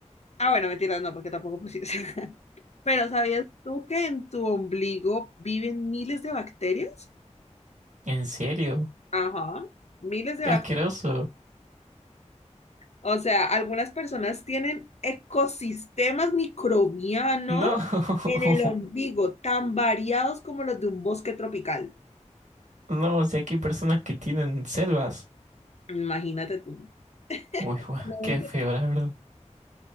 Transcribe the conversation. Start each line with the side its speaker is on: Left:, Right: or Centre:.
Left: Ah, bueno, mentira, no, porque tampoco pusiste. <laughs> Pero ¿sabías tú que en tu ombligo viven miles de bacterias?
Right: ¿En serio?
Left: Ajá, miles de
Right: ¡Qué
Left: bacterias.
Right: asqueroso!
Left: O sea, algunas personas tienen ecosistemas microbianos
Right: No, <laughs>
Left: en el ombligo, tan variados como los de un bosque tropical.
Right: no, o sea, aquí hay personas que tienen selvas.
Left: Imagínate tú.
Right: Uy, guau,
Left: ¿Cómo
Right: qué
Left: ves?
Right: feo, la verdad.